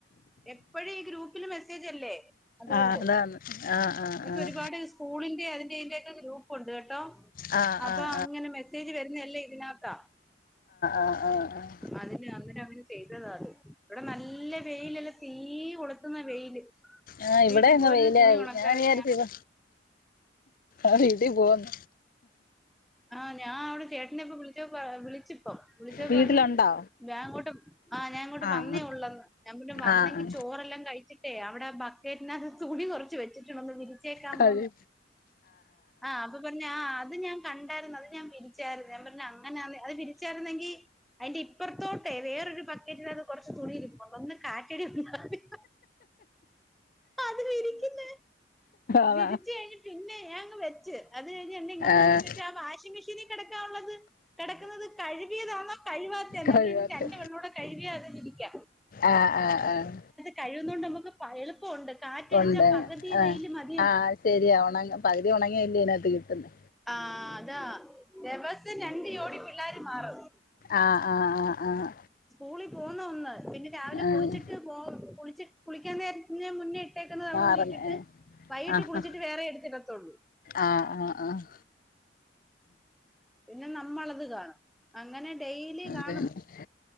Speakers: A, in the centre; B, on the left.
A: എപ്പഴും ഈ ഗ്രൂപ്പിൽ മെസ്സേജ് അല്ലേ അതുകൊണ്ട്
B: ആഹ് അതാണ് ആഹ് ആഹ്
A: എനിക്ക്
B: ആഹ്
A: ഒരുപാട് സ്കൂളിന്റെ അതിന്റെതിന്റെക്കെ ഗ്രൂപ്പ് ഉണ്ട് കേട്ടോ
B: ആഹ്
A: അപ്പൊ
B: ആഹ് ആഹ് ആഹ്
A: അങ്ങനെ മെസ്സേജ് വരുന്നല്ലേ ഇതിനകത്ത
B: ആഹ് ആഹ് ആഹ് ആഹ്
A: അതിന് അ ചെയ്തതാ അത് ഇവിടെ നല്ല വെയിലല്ല തീ കൊളുത്തുന്ന വെയില്
B: ആഹ്
A: വീട്ടിൽ
B: ഇവിടെ എങ്ങാ
A: പോരുന്ന
B: വെയിലായി
A: തുണി ഉണക്കാറ്
B: ഞാൻ വിചാരിച്ചത ആറീട്ടി പോന്ന
A: ആഹ് ഞാൻ അവിടെ ചേട്ടനപ്പ വിളിച്ചോ വിളിച്ചിപ്പ വിളിച്ചപ്പൊ
B: വീട്ടിലുണ്ടോ
A: പറഞ് ഞാൻ അങ്ങോട്ട് ആഹ് ഞൻ ഇങ്ങോട്ട്
B: ആഹ്
A: വന്നേ ഉള്ളന്ന് ഞൻെ വന്നെങ്കി
B: ആഹ്
A: ചോറെല്ലാം കഴിച്ചി് ഏഹ് അവിടെ ബക്കറ്റിനകത്ത് തുണി കുറച്ച് വെച്ചിട്ടുണ്ടൊന്ന് വിരി ചെക്കാമോന്ന്
B: കഴി
A: ആഹ് അപ്പൊ പറഞ്ഞ ആഹ് അത് ഞാൻ കണ്ടാരുന്നു അത് ഞാൻ വിരിച്ചായിരുന്നു ഞാൻ പറഞ്ഞ അങ്ങനാ അത് വിരിച്ചായിരുന്നെങ്കി അതിന്റെ ഇപ്പുറത്തോട്ടേ വേറൊരു പക്കറ്റിൽ അത് കുറച്ച് തുണിയി ഒന്ന് കാറ്റടി <unintelligible> അതി വിരിക്കുന്ന
B: അതാ
A: വിരിച്ചു കഴിഞ് പിന്നെ ഞങ് വെച്ച് അത് കഴിഞ്ഞെന്നെ ഇങ്ങോട്ട
B: ആഹ്
A: വിളിച്ചിട്ട വച്ച് ആ വാഷിംഗ് മെഷീനി കിടക്കാ ഉള്ളത് കിടക്കുന്നത് കഴുകിയതാണോ കഴവാത്ത തന്നെ
B: കഴിവാത്തെ
A: അ ഇനി രണ്ട പെണ്ണോടെ കഴുകിയാ അത് വിരിക്കാം
B: ആഹ് ആഹ് ആഹ്
A: കഴിയുന്നൊണ്ട് നമുക്ക് എളുപ്പമുണ്ട് കാറ്റടിച്ചാൽ
B: ഉണ്ട്
A: പകുതി
B: ആഹ്
A: വെയില് മതി
B: ആഹ് ശരിയാ ഉണങ്ങ പകുതി ഉണങ്ങില്ലേ അതിനകത്ത് കിട്ടന്ന്
A: ആഹ് അതാ ദെവസം രണ്ടു ജോടി പിള്ളേർ മാറും
B: ആഹ് ആഹ് ആഹ് ആഹ്
A: സ്കൂളിൽ പോന്ന ഒന്ന് പിന്നെ രാവിലെ
B: ആഹ്
A: കുളിച്ചിട്ട് പോളി കുളിക്കാൻ നേരത്തിന് മുന്നേ ട്ടെക്കുന്നത് അവിടെ
B: മാറുന്നെ
A: ഉരിട്ടിട്ട്
B: ഏഹ്
A: വൈകിട്ട്
B: ആഹ്
A: കുളിച്ചിട്ട്
B: ആഹ്
A: വേറെ എടുത്തിടുത്തുള്ളൂ
B: ആഹ് ആഹ് ആഹ്
A: പിന്നെ നമ്മളത് കാണും അങ്ങനെ ഡൈലി കാണും
B: പിന്നെ